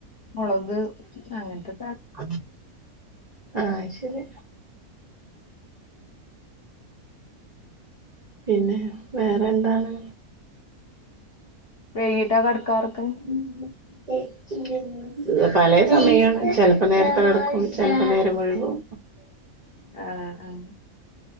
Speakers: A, on the left (about 50°); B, on the right (about 45°).
A: മുളക്. അങ്ങനത്തെ സാധനം
B: ആഹ അത്ശരി പിന്നെ വേറെ എന്താണ്.
A: വൈകിട്ട് കിടക്കാറൊക്കെ
B: <unintelligible> പലെ സമയാണ് ചെലപ്പോ നേരത്തെ കിടക്കും ചെലപ്പോ നേരം വൈകും.
A: ആ ആ